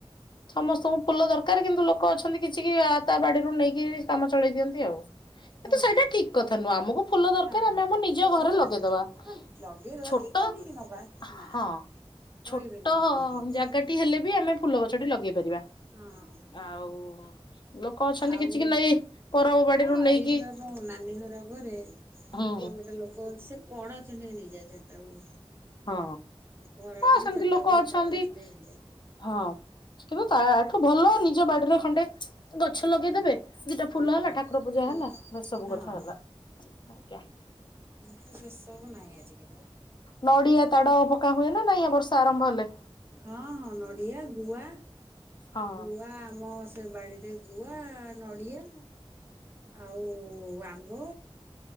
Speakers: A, on the left; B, on the right.
A: ସମସ୍ତଙ୍କୁ ଫୁଲ ଦରକାର କିନ୍ତୁ ଲୋକ ଅଛନ୍ତି କିଛି କି ତା ବାଡିରୁ ନେଇକି କାମ ଚଳେଇ ଦିଅନ୍ତି। କିନ୍ତୁ
B: ହଁ
A: ସେଇଟା ଠିକ କଥା ନୁହଁ ଆମକୁ ଫୁଲ
B: ଆଚ୍ଛା
A: ଦରକାର ଆମେ ଆମ ନିଜ
B: ଫୁଲ ଦରକାର
A: ଘରେ ଲଗେଇଦବା।
B: ହଁ ଲଗେଇଦବା
A: ଛୋଟ
B: କି କହିକି ନବା
A: ହଁ
B: ନା। କହିବେନି
A: ଛୋଟ
B: ଆଜିକାଲି ଲୋକ
A: ଜାଗାଟି ହେଲେ ବି ଆମେ ଫୁଲ ଗଛ ଲଗେଇ ପାରିବା।
B: ହଁ।
A: ଆଉ ଲୋକ ଅଛନ୍ତି
B: ଆଉ
A: କିଛି କି ନେଇ ପରବ ବାଡିରୁୁ
B: ହଁ
A: ନେଇକି
B: ଏଇଠି ବା ମୋ ନାନୀ ଘର ଘରେ
A: ହୁଁ
B: ସେ ଗୋଟେ ଲୋକ ସେ କଡ ଚିଣ୍ଡିେଇ ନେଇଯାଏ ଚାରିଟା ବେଳୁ
A: ହଁ
B: ଖରା
A: ହଁ
B: ବେଳୁ
A: ସେମିତି
B: ଚାରିଟା
A: ଲୋକ
B: ବେଳୁ
A: ଅଛନ୍ତି
B: କଢ ଚୁଣ୍ଡେଇ ନେଇଯାଏ।
A: ହଁ କିବେ ତା ଆଠୁ ଭଲ ନିଜ ବାଡିରେ ଖଣ୍ଡେ ଗଛ ଲଗେଇଦେବେ ଦିଟା
B: ହଁ
A: ଫୁଲ ହେଲା ଠାକୁର ପୂଜା
B: ହଁ
A: ହେଲା ନା ସବୁ କଥା ହେଲା ଆଜ୍ଞା
B: କିୁ ସେ ସବୁ ନାହିଁ ଆଜିକାଲି
A: ନଡ଼ିଆ ତାଡ଼ ପକା ହୁଏ ନା ନାଇଁ ବର୍ଷା ଆରମ୍ଭ ହେଲେ
B: ହଁ ହଁ ନଡିଆ ଗୁଆ
A: ହଁ
B: ଗୁଆ ଆମ ସେ ବାଡିରେ ଗୁଆ ନଡିଆ ଆଉ ଆମ୍ବ